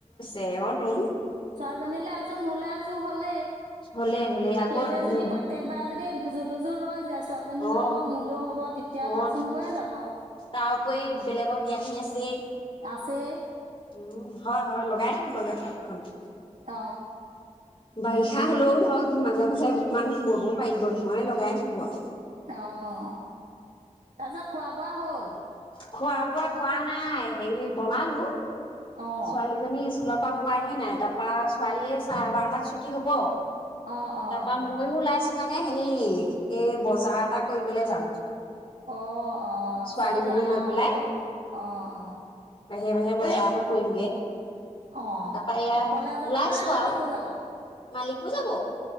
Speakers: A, on the left (about 45°); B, on the right (about 80°).
A: ৰৈছে অঁ তোন।
B: ছোৱালীজনীলৈ এযোৰ মোলৈ এযোৰ হলেই,
A: হ'লেই হ'লেই আকৌ
B: সেই যে যদি
A: উম
B: প্ৰত্যেকবাৰ যদি দুযোৰ দুযোৰ ৰৈ যায় ছোৱালীজনীলেও
A: অ
B: হ'ব মোলেও হ'ব তেতিয়া
A: অ
B: ধৰাচোন
A: তাৰ
B: হৈয়ে যাব আৰু
A: উপৰি বেলেগক দিয়াখিনি আছেই
B: আছেই
A: উম হয় হয় লগাই থাকিব লাগে তাঁতখন
B: অ
A: বাৰিষা হলেও ধৰক মাজে মাজে অকমান বব পাৰিব নহয় লগাই থব আৰু
B: অ তাৰ পিছত খোৱা বোৱা হ'ল?
A: খোৱা বোৱা কৰা নাই হেৰি বনালো
B: অঁ
A: ছোৱালীজনী ইছ কুলৰ পৰা পোৱাহি নাই তাৰ পা ছোৱালীয়ৰ চাৰে বাৰটাত ছুটি হ'ব
B: অঁ অঁ
A: তাপা মইও ওলাইছো। মানে হেৰি এই বজাৰ এটা কৰিবলৈ যাম।
B: অ'। অ'
A: ছোৱালীজনীক
B: ছোৱালী আনাও
A: লৈ পেলাই
B: হ'ব অ', অ।
A: বাহিৰে বাহিৰে বজাৰ অকণ কৰিমগে।
B: অ'
A: তাৰপা এয়া
B: অকলে যাবা
A: ওলাইছো
B: নে মালিকো
A: আৰু
B: যাব?
A: মালিকো যাব